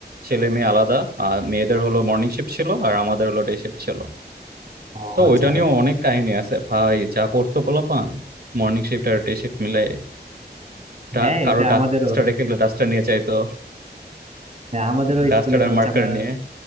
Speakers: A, on the right; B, on the right.
A: ছেলে মেয়ে আলাদা আর মেয়েদের হলো মর্নিং শিফট ছিল আর আমাদের হলো ডে শিফট ছিল
B: ও
A: তো
B: আচ্ছা
A: ওইটা নিয়েও অনেক কাহিনী আছে ভাই যা করতো পোলাপান মর্নিং শিফট আর ডে শিফট মিলে ডা-
B: হ্যাঁ
A: কারো
B: এটা
A: ডাস্টার
B: আমাদেরও
A: রেখে গেলে ডাস্টার নিয়ে চাইতো
B: হ্যাঁ, আমাদেরও
A: ডাস্টার
B: স্কুলে তো
A: আর
B: হচ্ছে
A: মার্কার
B: আপনার
A: নিয়ে